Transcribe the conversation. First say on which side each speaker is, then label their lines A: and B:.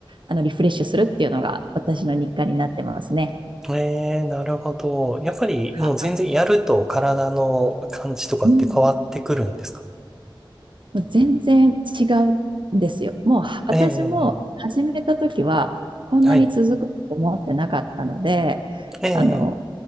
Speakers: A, on the right (about 65°); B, in the centre.
A: あのリフレッシュするっていうのが私の日課になってますね。
B: えー、なるほど。やっぱりもう全然やると体の感じとかって変わってくるんですか
A: あうんもう全然違うんですよ。もう私も始めた時はこんなに続くと思ってなかったので、
B: えー、えーえーはい。えー、え
A: あの、